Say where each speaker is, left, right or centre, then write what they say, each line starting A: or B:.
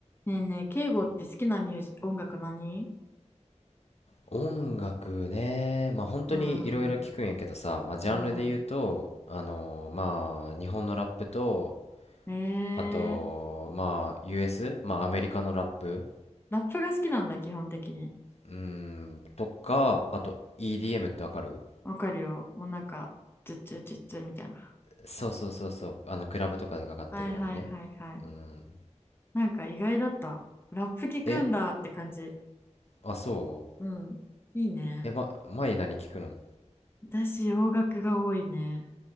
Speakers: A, on the left; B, on the left.
A: ねえねえ、敬語って好きなミュージ、音楽何
B: 音楽ね、まあ本当にいろいろ聞くんやけどさ、
A: うん、
B: まあジャンルで言うと、
A: うん。
B: あのーまあ日本のラップと、
A: えー、
B: あと、まあ US? まあアメリカのラップ
A: ラップが好きなんだ、基本的に。
B: うーん、とか、あと EDM ってわかる
A: わかるよ。もうなんか、チュッチュチュッチュみたいな。
B: そうそうそうそう、あのクラブとかでかかってるようなね。
A: はいはいはいはい。
B: うん。
A: なんか意外だった。ラップ聞くんだって感じ。
B: えあ、そう。
A: うん。いいね。
B: え、ま、前何聞くの
A: 私、洋楽が多いね。